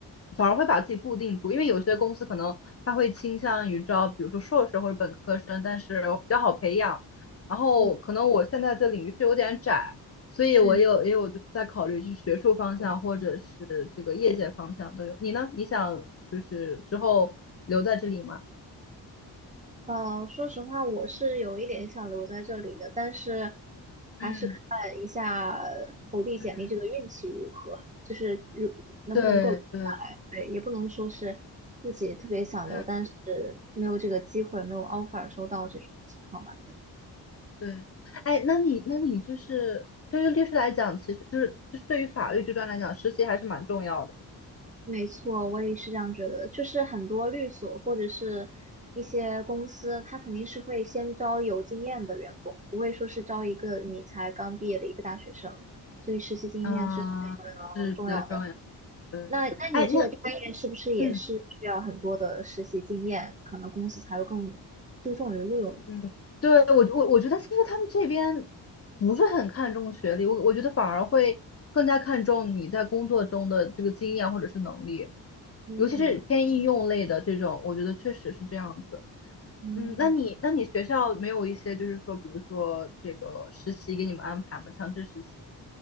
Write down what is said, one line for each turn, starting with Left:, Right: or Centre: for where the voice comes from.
Left: 反而会把自己固定住，因为有些公司可能他会倾向于招，比如说硕士或者本科生，但是我比较好培养。然后可能我现在的领域是有点窄，
Right: 就
Left: 所以我也有也有就是在考虑去学术方向或者是这个业界方向都有。
Right: 嗯
Left: 你呢？你想就是之后留在这里吗？
Right: 呃，说实话，我是有一点想留在这里的，但是
Left: 嗯
Right: 还是看一下投递简历这个运气如何，
Left: 嗯，
Right: 就是如能不能够留下来。
Left: 对对
Right: 对，也不能说是自己特别想留，
Left: 对
Right: 但是没有这个机会，没有 offer 收到这种情况吧。
Left: 对，哎，那你那你就是对于律师来讲，其实就是就是对于法律这段来讲，实习还是蛮重要的。
Right: 没错，我也是这样觉得。就是很多律所或者是一些公司，它肯定是会先招有经验的员工，不会说是招一个你才刚毕业的一个大学生。所以实习经验是非
Left: 嗯，是比较重要。
Right: 常重要的。
Left: 对，
Right: 那那你这个专业是不是也是需要很多的实习经验？
Left: 哎，那嗯
Right: 可能公司才会更注重于录用你。
Left: 嗯，对我我我觉得其实他们这边不是很看重学历，我我觉得反而会更加看重你在工作中的这个经验或者是能力，
Right: 嗯
Left: 尤其是偏应用类的这种，我觉得确实是这样子。
Right: 嗯，
Left: 嗯，那你那你学校没有一些就是说，比如说这个实习给你们安排吗？强制实习